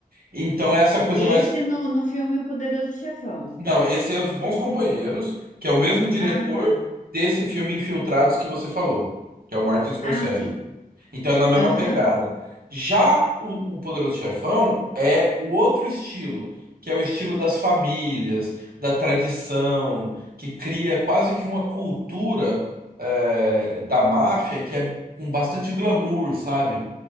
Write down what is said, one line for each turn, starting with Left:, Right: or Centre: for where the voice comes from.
Right: Então é essa coisa
Left: Esse
Right: mais.
Left: no, no filme O Poderoso Chefão.
Right: Não, esse é Os Bons Companheiros, que é o mesmo diretor
Left: Ah, tá.
Right: desse filme Infiltrados que você falou, que é o Martin Scorsese.
Left: Ah, sim.
Right: Então é na mesma
Left: Aham,
Right: pegada. Já o, o Poderoso Chefão é o outro estilo, que é o estilo das famílias, da tradição, que cria quase que uma cultura eh, da máfia que é com bastante glamour, sabe?